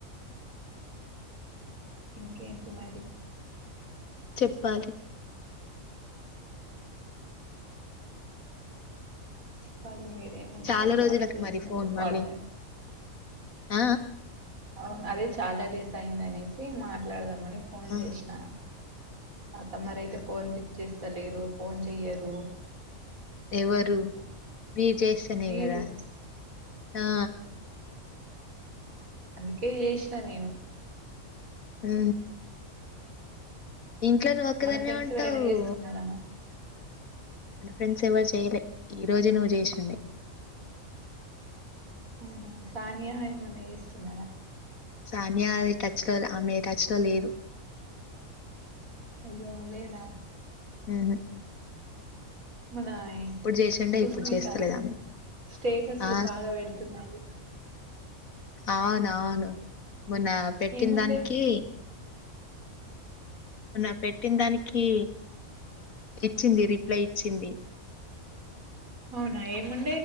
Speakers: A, on the right; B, on the left.
A: ఇంకేంటి మరి
B: చెప్పాలి
A: పన్నీరే మంచిగా
B: చాలా
A: జాబ్
B: రోజులకి
A: చేస్తున్నారు
B: మరి ఫోన్
A: పార్ట్న
B: మళ్ళీ. ఆ
A: అవును అదే చాలా డేస్ అయింది అనేసి మాట్లాడదాంమని ఫోన్
B: ఆ!
A: చేసినాను అతమ్మరయితే
B: అవునా?
A: ఫోన్ లిఫ్ట్ చేస్తలేరు ఫోన్ చేయరు
B: ఎవరు మీరు చేస్తేనే
A: మీరు
B: గదా ఆ
A: అందుకే చేసిన నేను
B: ఆ ఇంట్లో నువ్ ఒక్కదానివే
A: మన ఫ్రెండ్స్
B: ఉంటావు
A: ఎవరైనా చేస్తున్నారా మరి
B: మన ఫ్రెండ్స్ ఎవరు చేయలే ఈ రోజే నువ్వు చేసింది
A: అవునా సానియా ఏమన్నా చేస్తుందా రా
B: రమ్యా అది టచ్ లో ఆమె టచ్ లో లేదు
A: అయ్యో లేదా
B: ఉహు
A: మన ఈ
B: జేశుండే
A: సుస్మితా
B: ఇప్పుడు చేస్తలేదామె.
A: స్టేటస్లు
B: ఆ!
A: బాగా పెడుతున్నాయి
B: అవున అవును మొన్న పెట్టిన
A: ఏముండే
B: దానికి మొన్న పెట్టిన దానికి ఇచ్చింది రిప్లై ఇచ్చింది
A: అవునా ఏమని